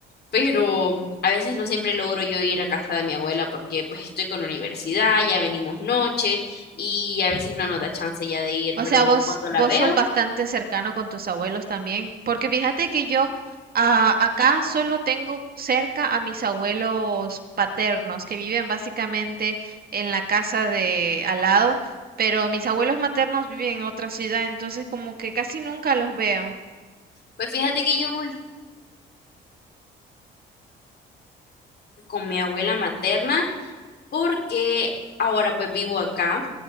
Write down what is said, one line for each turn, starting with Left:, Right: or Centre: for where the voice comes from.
Left: pero a veces no siempre logro yo ir a casa de mi abuela porque pues estoy con universidad, ya venimos noche y a veces no nos da chance ya de ir,
Right: O
Left: pero
Right: sea, vos,
Left: cuando
Right: vos
Left: la veo,
Right: sos bastante cercano con tus abuelos también, porque fíjate que yo ah, acá solo tengo cerca a mis abuelos paternos, que viven básicamente en la casa de al lado, pero mis abuelos maternos viven en otra ciudad, entonces como que casi nunca los veo.
Left: pues fíjate que yo voy con mi abuela materna porque ahora pues vivo acá.